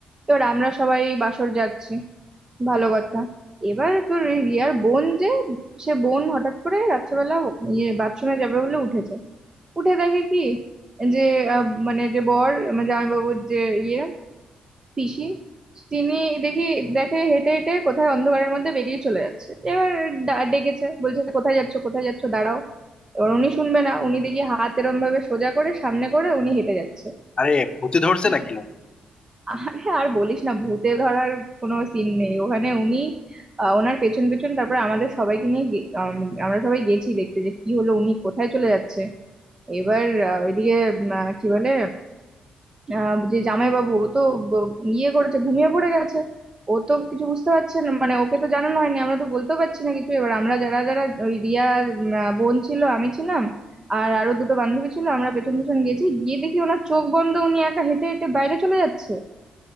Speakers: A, on the right; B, on the left.
A: তোর আমরা সবাই বাসর জাগছি ভালো কথা এবার তোর এই রিয়ার বোন যে সে বোন হঠাৎ করে রাত্রেবেলা ইয়ে বাথরুমে যাবে বলে উঠেছে উঠে দেখে কি যে আহ, মানে যে বর মানে জামাইবাবুর যে ইয়ে পিসি তিনি দেখি দেখে হেঁটে হেঁটে কোথায় অন্ধকারের মধ্যে বেরিয়ে চলে যাচ্ছে এবার ডা- ডেকেছে বলছে কোথায় যাচ্ছ কোথায় যাচ্ছ দাঁড়াও এবার উনি শুনবে না উনি দেখি হাত এরম ভাবে সোজা করে সামনে করে উনি হেঁটে যাচ্ছে
B: আরে ভূতে ধরছে
A: কি
B: নাকি লো
A: আরে আর বলিস না ভূতে ধরার কোনো সিন নেই ওখানে উনি আহ, ওনার পেছন পেছন তারপরে আমাদের সবাইকে নিয়ে গে- আম, আমরা সবাই গেছি দেখতে যে কি হলো উনি কোথায় চলে যাচ্ছে এবার আহ, ওইদিকে উম, আহ, কি বলে আহ যে জামাইবাবু ও তো ব- ইয়ে করেছে ঘুমিয়ে পড়ে গেছে ও তো কিছু বুঝতে পারছে না মানে ওকে তো জানানো হয়নি আমরা তো বলতেও পারছি না কিছু এবার আমরা যারা যারা ওই রিয়ার উম, আহ, বোন ছিল আমি ছিলাম আর আরো দুটো বান্ধবী ছিল আমরা পেছন পেছন গেছি গিয়ে দেখি ওনার চোখ বন্ধ উনি একা হেঁটে হেঁটে বাইরে চলে যাচ্ছে